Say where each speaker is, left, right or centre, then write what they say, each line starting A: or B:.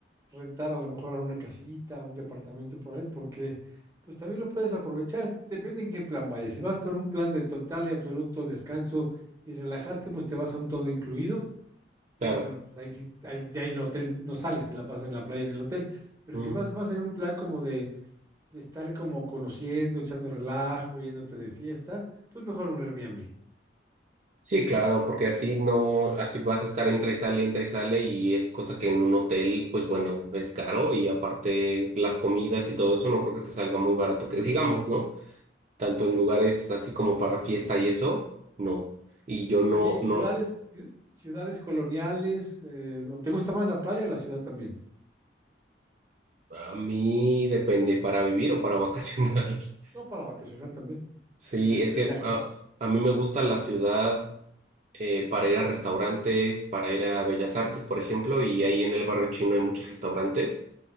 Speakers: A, on the right; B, on the right.
A: rentar a lo mejor a una casita, un departamento por ahí, porque pues también lo puedes aprovechar, es- depende en qué plan vayas. Si vas con un plan de total y absoluto descanso y relajarte, pues te vas a un todo incluido y
B: claro.
A: bueno, pues ahí sí, ahí, de ahí el hotel no sales, te la pasas en la playa en el hotel. Pero
B: ujú.
A: si vas más en un plan como de, de estar como conociendo, echando relajo, yéndote de fiesta, pues mejor un Airbnb.
B: Sí, claro, porque así no, así vas a estar entra y sale, entra y sale, y es cosa que en un hotel, pues bueno, es caro, y aparte las comidas y todo eso no creo que te salga muy barato, que <laughs> digamos, ¿no? tanto en lugares así como para fiesta y eso, no. Y yo no,
A: Oye, ¿y ciudades,
B: no,
A: ciu- ciudades coloniales? eh, ¿o ¿te gusta más la playa o la ciudad también?
B: a mí depende para vivir o para vacacionar. <laughs>
A: No, para vacacionar también,
B: Sí,
A: ir de, de
B: es que
A: viaje.
B: a, a mí me gusta la ciudad eh, para ir a restaurantes, para ir a Bellas Artes, por ejemplo, y ahí en el barrio chino hay muchos restaurantes